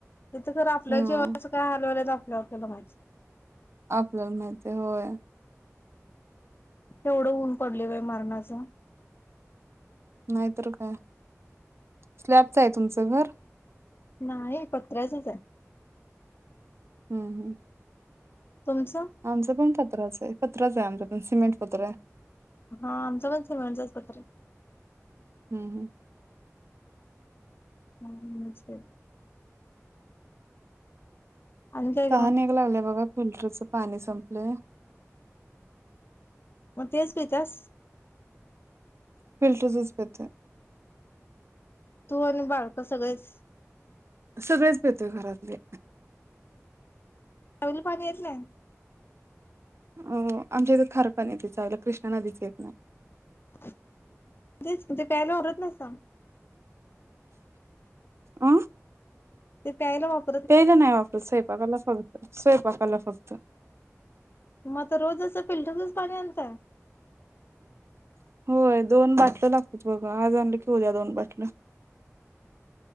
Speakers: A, on the left; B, on the right.
A: इथ खरं आपल्या
B: हम्म
A: जीवाच काय हाल व्हाव्यात, आपल आपल्याला माहित.
B: आपल्याला माहिती, होय
A: केवढ ऊन पडलय बाई मरणाच.
B: नाहीतर काय, स्लॅपचं आहे तुमचं घर?
A: नाही पत्र्याचच आहे.
B: हम्म हम्म
A: तुमचं?
B: आमच पण पत्राच आहे, पत्राच आहे आमचं पण सिमेंट पत्र आहे.
A: हा आमचं पण सिमेंटचच पत्र आहित.
B: हं हं
A: हम नमस्ते आणि काय
B: तहान
A: मग
B: एक लागले बघा, फिल्टरचं पाणी एक संपलंय
A: मग तेच पित्यास?
B: फिल्टरचच पितोय.
A: तू आणि बाकीचे सगळेच
B: सगळेच पेतोय घरातले.
A: चावीला पाणी येत नाही?
B: अं आमच्या इथं खारपणी येतय चावीला, कृष्णा नदीच येत नाही.
A: तेच ते प्यायला भरत नाहीसा?
B: अं
A: ते प्यायला वाप
B: ते प्यायला नाही वापरत, स्वयपाकाला फक्त स्वयंपाकाला फक्त.
A: मग रोज असं फिल्टरचच पाणी आणताय?
B: होय, दोन बाटल्या लागतात बघ, आज आणलं की उद्या दोन बाटल्या.